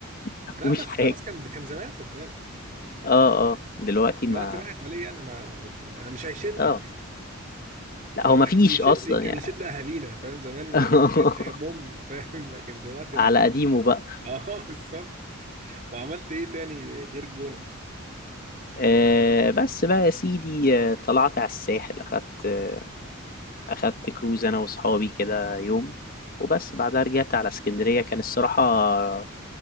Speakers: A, on the left; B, on the right.
A: ما
B: لا
A: فيهوش
B: بس
A: حاجة
B: خلاص كان كان زمان خد بالك
A: اه اه دلوقتي
B: دلوقتي
A: ما
B: راحت عليه يعني ما ما- مش هيشدك
A: اه
B: يعني
A: لا
B: فاهم
A: هو ما فيش
B: لكن يشد
A: أصلا
B: كان
A: يعني
B: يشد اهالينا فاهم زمان
A: <laughs>
B: ده كان حاجات ده بوم <laughs> فاهم لكن دلوقتي
A: على
B: لا خلاص.
A: قديمه بقى
B: اه <laughs> بالظبط وعملت ايه تاني غير الجونة
A: آه بس بقى يا سيدي آه، طلعت على الساحل أخدت آه، أخدت كروز أنا وأصحابي كده يوم وبس بعدها رجعت على اسكندرية كان الصراحة